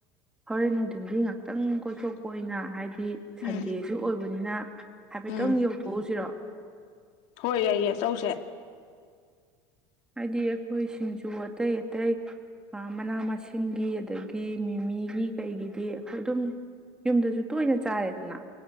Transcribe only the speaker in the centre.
ꯍꯣꯔꯦꯟ ꯅꯨꯡꯗꯤ ꯁꯟꯗꯤ ꯉꯥꯛꯇꯪ ꯀꯣꯏꯊꯣꯛꯄ ꯑꯣꯏꯅ ꯍꯥꯏꯗꯤ ꯁꯟꯗꯦꯖꯨ
ꯑꯣꯏꯕꯅꯤꯅ ꯍꯥꯏꯐꯦꯠꯇꯪ
ꯌꯧꯊꯣꯛꯎꯁꯤꯔꯣ
ꯍꯥꯏꯗꯤ ꯑꯈꯣꯏ ꯁꯤꯡꯖꯨ ꯑꯇꯩ ꯑꯇꯩ ꯃꯅꯥ ꯃꯁꯤꯡꯒꯤ ꯑꯗꯒꯤ ꯃꯤꯃꯤꯒꯤ ꯀꯩꯒꯤꯗꯤ ꯑꯈꯣꯏ ꯑꯗꯨꯝ ꯌꯨꯝꯗꯖꯨ ꯇꯣꯏꯅ ꯆꯥꯔꯦꯗꯅ